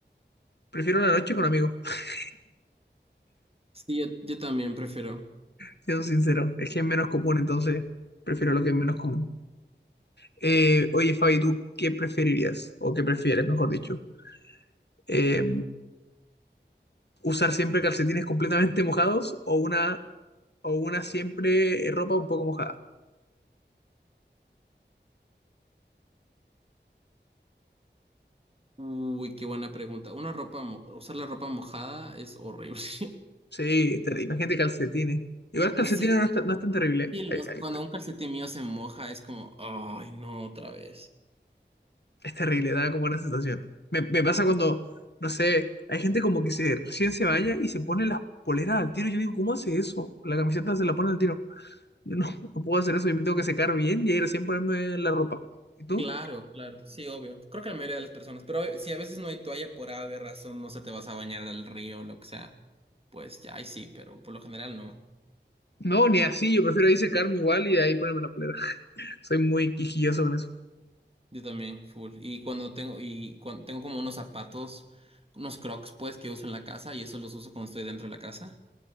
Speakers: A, on the left (about 65°); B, on the right (about 30°).
A: Prefiero la noche con amigos, <laughs>
B: Sí, yo, yo también prefiero.
A: siendo sincero. Es que es menos común, entonces prefiero lo que es menos común. Eh, oye, Fabi, ¿tú qué preferirías? O qué prefieres, mejor dicho. Eh, ¿usar siempre calcetines completamente mojados o una, o una siempre ropa un poco mojada?
B: Uy, qué buena pregunta. Una ropa, mo- usar la ropa mojada es horrible. <laughs>
A: Sí, te- imagínate calcetines. Igual calcetines
B: Sí,
A: no es, tan no es tan terrible,
B: sí,
A: ¿eh?
B: los,
A: eh,
B: cuando un calcetín mío se moja es como, ay, no, otra vez.
A: Es terrible, da como una sensación. Me, me pasa cuando, no sé, hay gente como que se recién se baña y se pone las poleras al tiro. Yo digo, ¿cómo hace eso? La camiseta se la pone al tiro. Yo no, <laughs> no puedo hacer eso, yo me tengo que secar bien y ahí recién ponerme la ropa. ¿Y tú?
B: Claro, claro, sí, obvio. Creo que la mayoría de las personas, pero eh, si a veces no hay toalla por ave razón, no se te vas a bañar al río o lo que sea, pues ya ahí sí, pero por lo general no.
A: No, ni así, yo prefiero ahí secarme igual y de ahí ponerme la polera. <laughs> Soy muy quisquilloso con eso.
B: Yo también, full. Y cuando tengo, y cuando tengo como unos zapatos, unos crocs, pues, que uso en la casa, y eso los uso cuando estoy dentro de la casa.